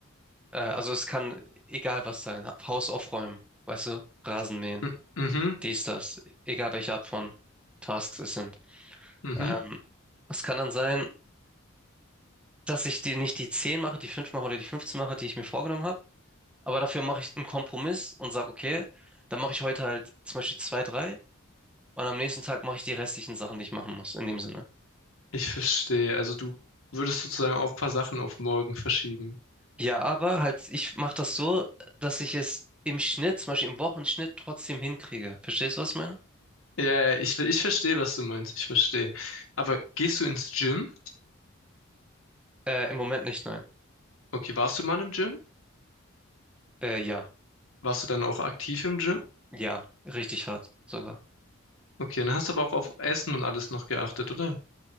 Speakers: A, in the centre; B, on the left.
A: äh, also es kann egal was sein, Haus aufräumen, weißt du, Rasen mähen,
B: M- Mhm,
A: dies, das, egal welche Art von Tasks es sind.
B: mhm.
A: Ähm, es kann dann sein, dass ich die nicht die 10 mache, die 5 mache oder die 15 mache, die ich mir vorgenommen habe, aber dafür mache ich einen Kompromiss und sage, okay, dann mache ich heute halt zum Beispiel 2, 3 und am nächsten Tag mache ich die restlichen Sachen, die ich machen muss, in dem Sinne.
B: Ich verstehe. Also du würdest sozusagen auch ein paar Sachen auf morgen verschieben.
A: Ja, aber halt, ich mache das so, dass ich es im Schnitt, zum Beispiel im Wochenschnitt, trotzdem hinkriege. Verstehst du, was ich meine?
B: Ja, ja, ich, ver- ich verstehe, was du meinst. Ich verstehe. Aber gehst du ins Gym?
A: Äh, im Moment nicht, nein.
B: Okay, warst du mal im Gym?
A: Äh, ja,
B: Warst du dann auch aktiv im Gym?
A: ja, richtig hart sogar.
B: Okay, dann hast du aber auch auf Essen und alles noch geachtet, oder?